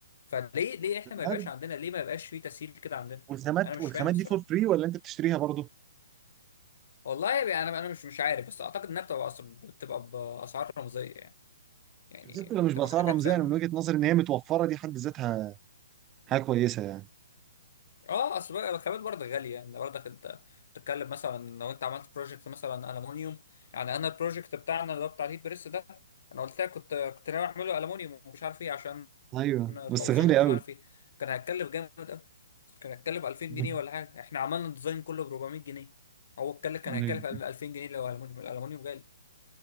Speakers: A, on the left; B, on the right.
A: فليه ليه احنا
B: بجد؟
A: ما يبقاش عندنا ليه ما يبقاش في تسهيل كده عندنا
B: والخامات
A: انا مش
B: والخامات
A: فاهم الصراحه
B: دي فور فري ولا انت بتشتريها برضه؟
A: والله يعني انا انا مش مش عارف بس اعتقد انها بتبقى أس- بتبقى باسعار رمزيه يعني يعني
B: حتى لو مش
A: بتبقى
B: بأسعار
A: حاجات
B: رمزية
A: فاهم
B: انا من وجهة نظري ان هي متوفرة دي حد ذاتها حاجة كويسة يعني
A: اه اصل بقى الخامات برضه غاليه يعني برضك انت بتتكلم مثلا لو انت عملت بروجكت مثلا المونيوم يعني انا البروجكت بتاعنا اللي هو بتاع الهيت بريس ده انا قلت لك كنت كنت ناوي اعمله المونيوم ومش عارف ايه عشان
B: ايوه
A: التوصيل
B: بس غالي
A: اللي مش
B: قوي
A: عارف ايه كان هيتكلف جامد قوي كان هيتكلف 2000
B: <laughs>
A: جنيه ولا حاجه احنا عملنا الديزاين كله ب 400 جنيه هو اتكلف كان
B: أيوة.
A: هيتكلف 2000 جنيه لو المونيوم الالمونيوم غالي